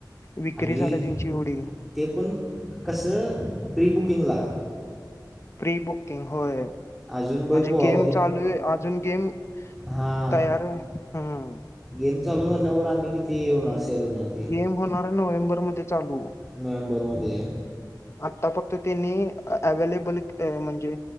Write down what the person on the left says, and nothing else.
विक्री
झाला त्यांची येवडी.
प्री, बुकिंग होय.
म्हणजे,
गेम चालू आहे अजून गेम
तयार आहे हम्म
गेम होणार, नोव्हेंबर मध्ये चालू.
आता फक्त त्यांनी, अवलेबल म्हणजे,